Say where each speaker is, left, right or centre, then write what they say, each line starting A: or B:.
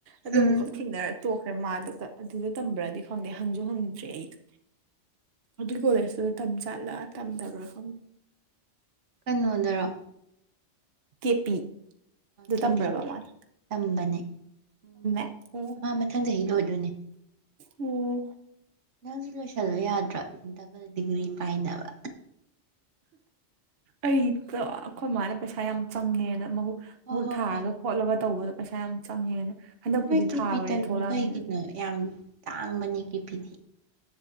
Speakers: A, on the right (about 55°); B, on the right (about 80°).
A: ꯑꯗꯨ
B: ꯎꯝ
A: ꯑꯃꯨꯛꯀꯛ ꯊꯦꯡꯅꯔ ꯇꯣꯛꯈ꯭ꯔꯦ ꯃꯥꯗꯣ ꯑꯗꯨꯗꯣ ꯇꯝꯕ꯭ꯔꯗꯤ ꯈꯪꯗꯦ ꯍꯪꯁꯨ ꯍꯪꯗ꯭ꯔꯦ ꯑꯩꯗꯣ ꯑꯗꯨꯏ ꯀꯣꯂꯦꯖꯇꯨꯗ ꯇꯝ ꯆꯠꯂ ꯇꯝꯗꯔꯥ ꯈ
B: ꯀꯩꯅꯣꯗꯔꯣ
A: ꯀꯦ ꯄꯤꯗꯨ
B: ꯀꯦꯄꯤ
A: ꯇꯝꯕ꯭ꯔꯕ ꯃꯥꯗ
B: ꯇꯝꯕꯅꯦ ꯎꯝ
A: ꯑꯣ
B: ꯃꯥ ꯃꯊꯪ ꯆꯍꯤ ꯂꯣꯏꯗꯣꯏꯅꯦ
A: ꯑꯣ
B: ꯅꯪꯁꯨ ꯂꯣꯏꯁꯤꯜꯂ ꯌꯥꯗ꯭ꯔꯣ ꯗꯕꯜ ꯗꯤꯒ꯭ꯔꯤ ꯄꯥꯏꯅꯕ
A: ꯑꯩꯗ ꯑꯩꯈꯣꯏ ꯃꯥꯅ ꯄꯩꯁꯥ ꯌꯥꯝ ꯆꯪꯉꯦꯅ ꯃꯍꯕꯨ
B: ꯍꯣꯏ
A: ꯃꯨꯠ
B: ꯍꯣꯏ
A: ꯊꯥꯔꯒ
B: ꯍꯣꯏ
A: ꯈꯣꯠꯂꯒ ꯇꯧꯕꯗꯣ ꯄꯩꯁꯥ ꯌꯥꯝ ꯆꯪꯉꯦꯅ ꯍꯟꯗꯛꯄꯨꯗꯤ
B: ꯅꯣꯏ ꯀꯤꯔꯄꯤꯤ
A: ꯊꯥꯔꯨꯔꯦ
B: ꯇꯧꯔꯤꯅꯣ
A: ꯊꯣꯛꯂꯛꯑꯕꯅꯤꯅ
B: ꯀꯩꯒꯤꯅꯣ ꯌꯥꯝ ꯇꯥꯡꯕꯅꯦ ꯀꯤꯔꯄꯤꯗꯤ